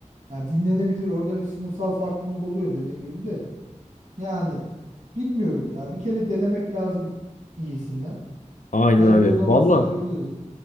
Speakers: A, on the right; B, on the left.
A: Ya dinlenebilir. Orada bir sınıfsal farklılık oluyor dediğin gibi de. Yani bilmiyorum ya. Bir kere denemek lazım iyisinden.
B: Aynen
A: Belki
B: öyle.
A: o zaman
B: Valla
A: sevebiliriz.